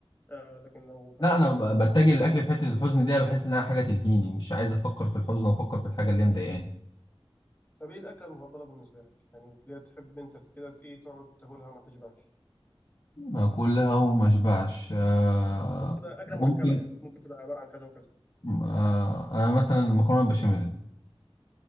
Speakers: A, on the left; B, on the left.
A: آه لكن لو فرحان
B: لا انا
A: باكل
B: ب- بتجه للاكل في حته الحزن دي بحس انها حاجه تلهيني مش عايز افكر في الحزن وافكر في الحاجه اللي هي مضايقاني
A: طب ايه الاكله المفضله بالنسبه لك يعني اللي هي تحب انت كده ايه تقعد تاكلها ما تشبعش
B: اكلها وما اشبعش آه،
A: ممكن تبقى اكله
B: ممكن
A: مركبه يعني ممكن تبقى عباره عن كذا وكذا
B: آه، انا مثلا المكرونه البشاميل